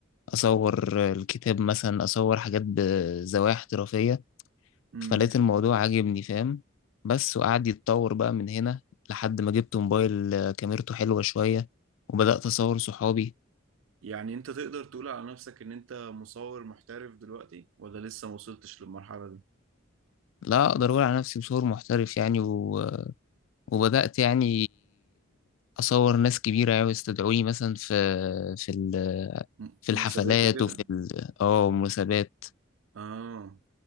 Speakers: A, on the left; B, on the right.
A: اصور آه، الكتاب مثلا اصور حاجات بزوايا احترافية
B: امم
A: فلقيت الموضوع عاجبني فاهم بس وقعد يتطور بقى من هنا لحد ما جبت موبايل آه، كاميرته حلوة شوية وبدأت أصور صحابي
B: يعني انت تقدر تقول على نفسك ان انت مصور محترف دلوقتي ولا لسه ما وصلتش للمرحلة دي
A: لا اقدر اقول على نفسي بصور محترف يعني و... وبدات يعني اصور ناس كبيره يعني يستدعوني مثلا في في ال...
B: م-
A: في
B: مناسبات
A: الحفلات
B: وكده
A: وفي ال... اه مناسبات
B: اه